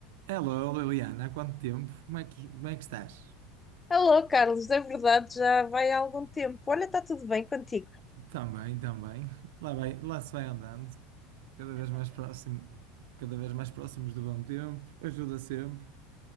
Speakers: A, on the right; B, on the left.
A: Hello, Liliana, há quanto tempo? Como é que, como é que estás?
B: Alô, Carlos, é verdade, já vai há algum tempo. Olha, está tudo bem contigo.
A: Também, também. Lá vai, lá se vai andando, cada vez mais próximo, cada vez mais próximos do bom tempo, ajuda sempre.